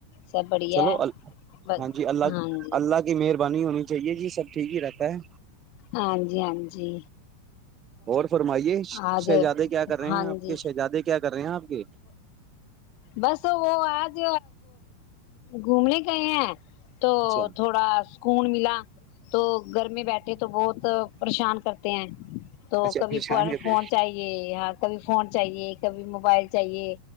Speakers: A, on the left; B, on the right.
A: سب بڑھیا
B: چلو
A: ب
B: ہاں جی اللہ
A: ہاں جی
B: اللہ کی مہربانی ہونی چاہیے جی سب ٹھیک ہی رہتا ہے
A: ہاں جی ہاں جی
B: اور فرمائیے
A: آج
B: شہزادے کیا کر رہے
A: ہاں
B: ہیں آپ
A: جی
B: کے شہزادے کیا کر رہے ہیں آپ کے
A: بس وہ آج گھومنے گئے ہیں تو
B: اچھا
A: تھوڑا خون ملا تو گھر میں بیٹھے تو بہت پریشان کرتے ہیں تو
B: اچھا
A: کبھی
B: پریشان
A: پر
B: کرتے
A: فون چاہیے ہاں کبھی فون چاہیے کبھی موبائل چاہیے